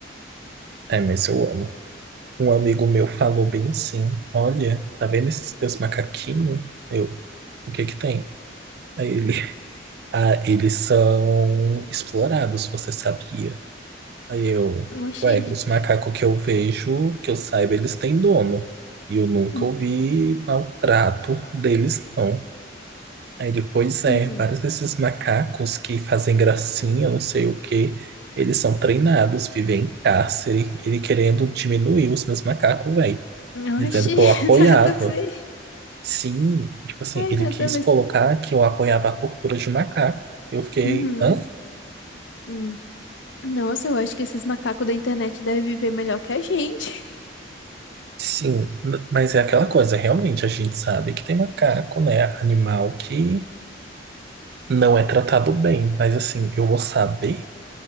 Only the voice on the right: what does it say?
É, mas eu amo. Um amigo meu falou bem assim, olha, tá vendo esses teus macaquinhos? Eu, o que que tem? Aí ele, <laughs> ah, eles são explorados, você sabia? Aí eu,
ué, os macacos que eu vejo, que eu saiba, eles têm dono. E eu nunca
ouvi maltrato deles, não. Aí depois é,
vários desses macacos que fazem gracinha, não sei o quê, eles são treinados, vivem em cárcere, ele querendo diminuir os meus macacos, velho,
dizendo que eu
apoiava.
Sim, tipo assim,
ele
quis
colocar que eu apoiava a tortura de macaco. Eu fiquei,
hã?
Sim, n- mas é aquela coisa, realmente, a gente sabe que tem macaco, né, animal que não é tratado bem, mas assim, eu vou saber?